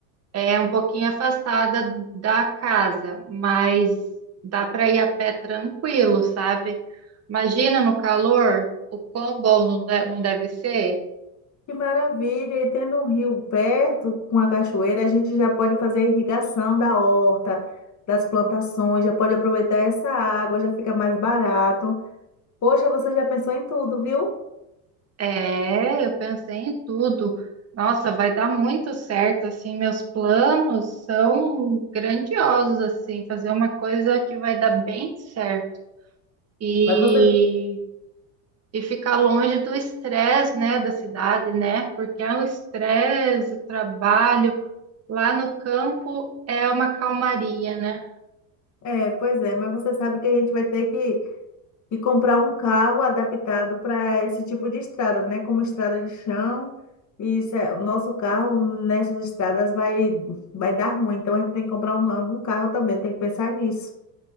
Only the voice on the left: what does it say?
Que maravilha! E tendo um rio perto com a cachoeira, a gente já pode fazer a irrigação da horta, das plantações, já pode aproveitar essa água, já fica mais barato. Poxa, você já pensou em tudo, viu?
Mas você,
é, pois é, mas você sabe que a gente vai ter que e comprar um carro adaptado para esse tipo de estrada, né? Como estrada de chão. E isso é- o nosso carro nessas estradas vai, vai dar ruim. Então a gente tem que comprar um, um carro também, tem que pensar nisso.